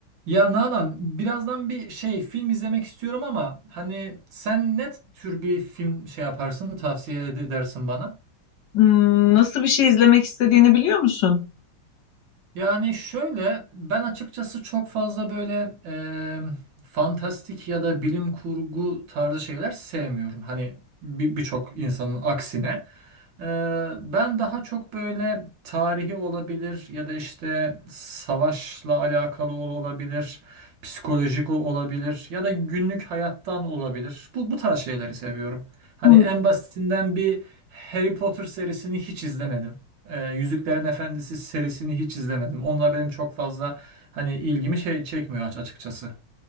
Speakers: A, on the right; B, on the left.
A: Ya Nalan, birazdan bir şey film izlemek istiyorum ama hani sen ne tür bir film şey yaparsın, tavsiye ed- edersin bana?
B: Hmm, nasıl bir şey izlemek istediğini biliyor musun?
A: Yani şöyle ben açıkçası çok fazla böyle e, fantastik ya da bilim kurgu tarzı şeyler sevmiyorum. Hani bir- birçok insanın aksine. E, ben daha çok böyle tarihi olabilir ya da işte savaşla alakalı ol- olabilir, psikolojik ol- olabilir ya da günlük hayattan olabilir. Bu, bu tarz şeyleri seviyorum. Hani
B: Hmm,
A: en basitinden bir Harry Potter serisini hiç izlemedim. E, Yüzüklerin Efendisi serisini hiç izlemedim. Onlar benim çok fazla hani ilgimi şey çekmiyor aç- açıkçası.